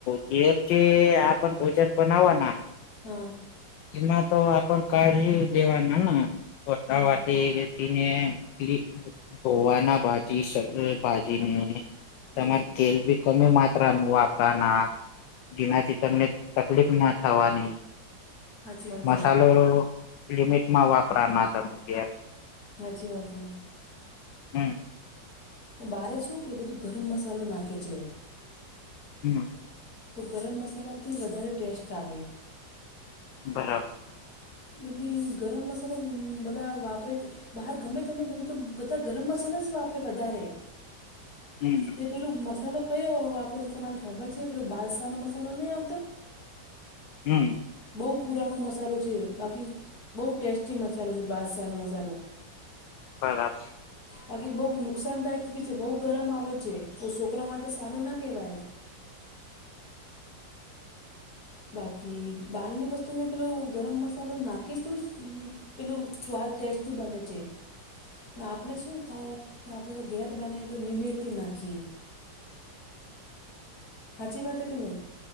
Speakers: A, on the left; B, on the left.
A: કેમ છે આ પન ભોજન બનાવાના.
B: હા.
A: એમાં તો આ પણ કાઢી દેવાના ને વતાવાથી.
B: હમ
A: એને એટ ધોવાના ભાજી <unintelligible> ભાજીને તમારે
B: હા
A: તેલ બી કમે માત્રાનું વાપરાના જેનાથી તમને તકલીફ ના થવાની
B: સાચી વાત
A: મસાલો
B: હે
A: લિમિટમાં વાપરાના તમે ઘેર.
B: હાચી વાત હે.
A: હમ
B: બારે શું કે બધું ગરમ મસાલો નાખે છે.
A: હમ.
B: તો ગરમ મસાલાથી વધારે ટેસ્ટ આવે.
A: બરાબર.
B: બને ગરમ મસાલો બધા વાપરે છે. બહાર ગમે તમે જમે તો બધા ગરમ મસાલા જ વાપરે વધારે.
A: હમ.
B: નહી પેલું મસાલો કયો વાપરે છે તમને ખબર છે પેલો બાદશાહનો મસાલો નહીં આવતો.
A: હમ.
B: બહુ પુરાણો મસાલો છે બાકી બહુ ટેસ્ટી મસાલો છે બાદસાહનો મસાલો. <inaudible>
A: બરા
B: બાકી બહુ નુકસાનદાયક બી છે બહુ ગરમ આવે છે છોકરા માટે સારું ના કેહેવાય. બાકી બાલની વસ્તુમાં પેલુ ગરમ મસાલો નાખીશ તો જ પેલું. સ્વાદ ટેસ્ટી બને છે. આપણે શું થાય કે આપણે તો ઘેર બને તો નિમેતી નાખીએ. હાચી વાત કે નહી.